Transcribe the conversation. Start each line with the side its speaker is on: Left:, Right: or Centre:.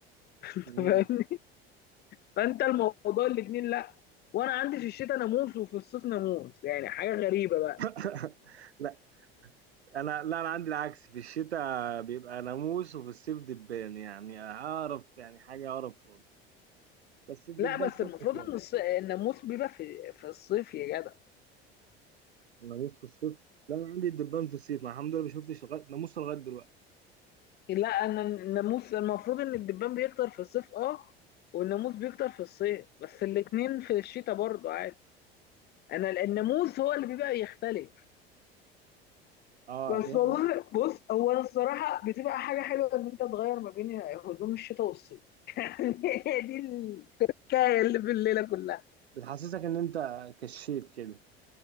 Left: <laughs>
Right: مم.
Left: فاهمني؟ فانت الموضوع الاتنين لا وانا عندي في الشتاء ناموس وفي الصيف ناموس يعني حاجه غريبه بقى
Right: <laughs> لا انا لا انا عندي العكس في الشتاء بيبقى ناموس وفي الصيف دبان يعني اعرف يعني حاجة اعرف بس الدبان
Left: لا بس
Right: خف
Left: المفروض
Right: شوية
Left: ان الص- الناموس بيبقى في في الصيف يا جدع
Right: ناموس في الصيف لا انا عندي الدبان في الصيف ما الحمد لله ما شفتش لغايه ناموس لغايه دلوقتي
Left: لا انا الناموس المفروض ان الدبان بيكتر في الصيف اه والناموس بيكتر في الصيف بس الاتنين في الشتاء برضه عادي انا ال- الناموس هو اللي بيبقى يختلف
Right: اه
Left: بس
Right: بي...
Left: والله
Right: بي...
Left: بص هو أنا الصراحة بتبقى حاجة حلوة إن أنت تغير ما بين هدوم الشتاء والصيف <laughs> هي دي الحكاية اللي في الليلة كلها
Right: بتحسسك ان انت كشيت كده